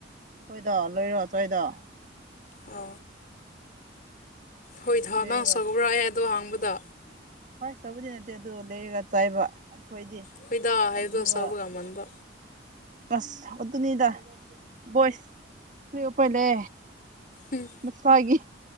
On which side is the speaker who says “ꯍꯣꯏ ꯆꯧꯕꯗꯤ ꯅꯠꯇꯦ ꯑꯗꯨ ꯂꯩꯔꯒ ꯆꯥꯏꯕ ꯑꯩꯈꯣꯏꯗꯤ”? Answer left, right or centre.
Right